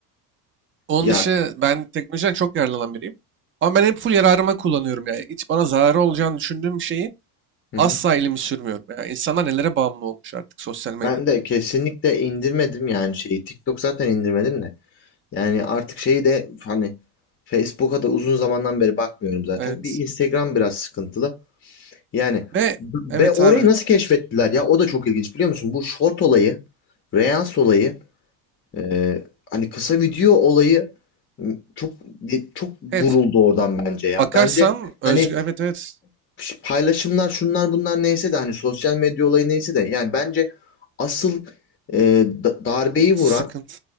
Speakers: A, on the right (about 25°); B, on the left (about 25°).
A: Onun
B: Ya
A: dışı ben teknolojiden çok yararlanan biriyim. Ama ben hep full yararıma kullanıyorum yani. Hiç bana zararı olacağını düşündüğüm bir şeyi
B: hı hı.
A: asla elimi sürmüyorum. Yani insanlar nelere bağımlı olmuş artık sosyal medyada.
B: Ben de kesinlikle indirmedim yani şeyi. TikTok zaten indirmedim de. Yani artık şeyi de hani Facebook'a da uzun zamandan beri bakmıyorum zaten.
A: Evet.
B: Bir Instagram biraz sıkıntılı. Yani
A: Ve
B: b-
A: evet
B: be orayı
A: abi.
B: nasıl keşfettiler ya? O da çok ilginç biliyor musun? Bu short olayı, Reels olayı, e, hani kısa video olayı m, çok de- çok vuruldu
A: Evet.
B: oradan bence ya.
A: Bakarsan
B: Bence
A: özgür.
B: hani
A: Evet evet.
B: ş- paylaşımlar şunlar bunlar neyse de hani sosyal medya olayı neyse de yani bence asıl e, da- darbeyi vuran
A: Sıkıntı.